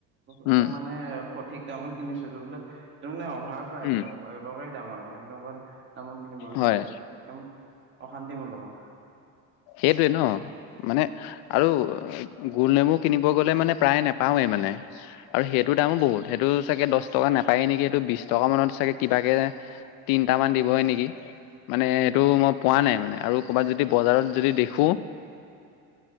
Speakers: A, on the right; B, on the left.
A: একদম
B: উম
A: মানে স ঠিক দামত কিনিছো এইটো বোলে, এইটো মানে অভাৰ প্ৰাইচ
B: উম
A: আৰু দৰকাৰী দাম আৰু সেইটো কাৰণে দামত কিনিব লগীয়া
B: হয়
A: হৈছে, একদম অশান্তি মোৰ লগত।
B: এইটোৱে ন, মানে আৰু গুল নেমু কিনিব গ'লে মানে প্ৰায়ে নোপাওৱে মানে। আৰু সেইটোৰ দামো বহুত, সেইটো চাগে দশ টকা নাপায় নেকি সেইটো বিশ টকা মানত চাগে কিবাকে তিনটামান দিবহে নেকি, মানে সেইটো মই পোৱা নাই মান আৰু ক'বাত যদি বজাৰত যদি দেখো